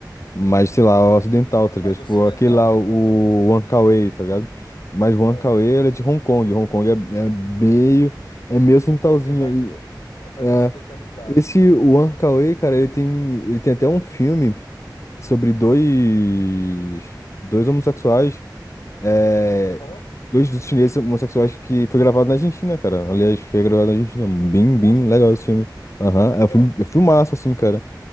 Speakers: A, on the left; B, on the left.
A: mais, sei lá, ocidental, tá
B: mais
A: ligado? Tipo,
B: ocidental,
A: aquele lá, o
B: né?
A: Wan Kar-wai, tá ligado? Mas o Wan
B: É.
A: Kar-wai, ele é de Hong Kong. Hong Kong é, é meio, é meio ocidentalzinho.
B: Hong Kong é mais,
A: E,
B: oc- é mais
A: é,
B: ocidentalizado,
A: esse
B: né?
A: Wan
B: É
A: Kar-wai,
B: é uma coisa.
A: cara,
B: né?
A: ele tem, ele tem até um filme sobre dois, dois homossexuais, é,
B: Aham.
A: dois chineses homossexuais que foi gravado na Argentina, cara. Aliás, foi gravado na Argentina. Bem,
B: Ah,
A: bem
B: juro?
A: legal esse filme. Aham, é um
B: Pô,
A: filme, é um filmaço, assim, cara.